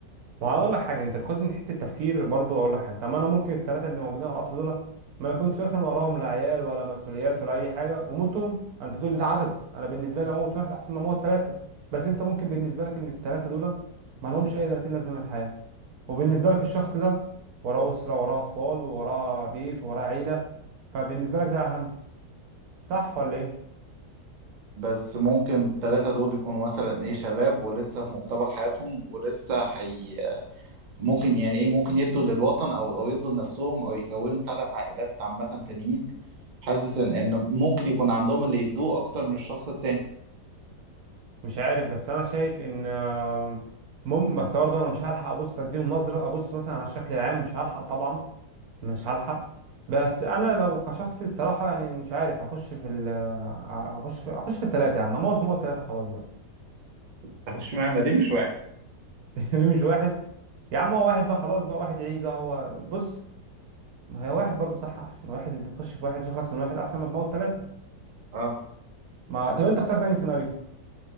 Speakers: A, on the right; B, on the right.
A: ما هقول لك حاجه انت تاخدني من حته تفكير برضو اقول لك حاجه طب ما انا ممكن الثلاثه اللي موجودين على القطر دول ما يكونش مثلا وراهم لا عيال ولا مسؤوليات ولا اي حاجه وموتهم انت تقول لي ده عدد انا بالنسبه لي اموت واحد احسن ما اموت ثلاثه بس انت ممكن بالنسبه لك ان الثلاثه دول ما لهمش اي 30 لازمه من الحياه وبالنسبه لك الشخص ده وراه اسره وراه اطفال وراه بيت وراه عيله فبالنسبه لك ده اهم صح ولا ايه
B: بس ممكن التلاتة دول يكونوا مثلا ايه شباب ولسه في مقتبل حياتهم ولسه حي... ممكن يعني ايه ممكن يدوا للوطن او او يدوا لنفسهم او يكونوا تلات عائلات عامة تانيين حاسس ان ان ممكن يكون عندهم اللي يدوه اكتر من الشخص التاني
A: مش عارف بس انا شايف ان آه، مم بس برضه انا مش هلحق ابص اديهم نظره ابص مثلا على الشكل العام مش هلحق طبعا مش هلحق بس انا لو كشخصي الصراحه يعني مش عارف اخش في ال اخش في اخش في الثلاثه يا عم اموت وموت ثلاثه خلاص بقى
B: طب اشمعنى ليه مش واحد؟
A: <laughs> ليه مش واحد يا عم هو واحد بقى خلاص بقى واحد يعيش بقى هو بص ما هي واحد برضه صح احسن واحد انت تخش في واحد تخلص من واحد احسن ما تموت ثلاثه
B: اه
A: ما طب انت اختار تاني سيناريو